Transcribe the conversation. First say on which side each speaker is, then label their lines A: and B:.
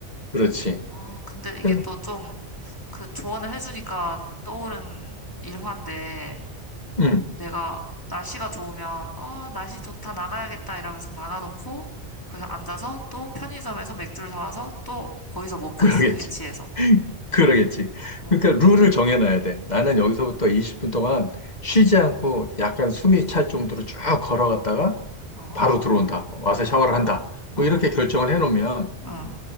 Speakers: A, on the left; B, on the left.
A: 그렇지.
B: 아, 근데
A: 그래서.
B: 이게 또 좀 그 조언을 해주니까 떠오른 일화인데
A: 음.
B: 내가 날씨가 좋으면 어, 날씨 좋다 나가야겠다 이러면서 나가놓고 그래서 앉아서 또 편의점에서 맥주를 사와서 또 거기서 먹고
A: 그러겠지.
B: 있어 벤치에서.
A: <laughs> 그러겠지.
B: 어,
A: 그러니까 룰을 정해놔야 돼. 나는
B: 어,
A: 여기서부터 20분 동안 쉬지 않고 약간 숨이 찰 정도로 쭉 걸어갔다가
B: 어,
A: 바로 들어온다. 와서 샤워를
B: 어,
A: 한다.
B: 어,
A: 뭐 이렇게 결정을 해놓으면,
B: 응,